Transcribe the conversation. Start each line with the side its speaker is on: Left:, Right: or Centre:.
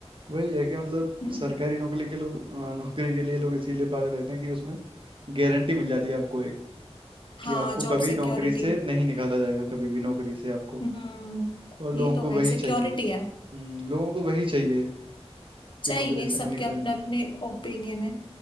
Right: वही है कि मतलब
Left: हम्म,
Right: सरकारी नौकरी के लोग अ, नौकरी के लिए लोग इसीलिए पागल रहते हैं कि उसमें गारंटी मिल जाती है आपको एक कि
Left: हाँ
Right: आपको
Left: जॉब
Right: कभी
Left: सिक्योरिटी
Right: नौकरी से नहीं निकाला जाएगा कभी भी नौकरी से आपको
Left: हम्म
Right: और लोगों
Left: ये तो
Right: को वही
Left: है सिक्योरिटी
Right: चाहिए
Left: है
Right: हम्म लोगों को वही चाहिए
Left: चाहिए
Right: कि नौकरी से ना
Left: सबके
Right: निकले
Left: अपने अपने ओपिनियन है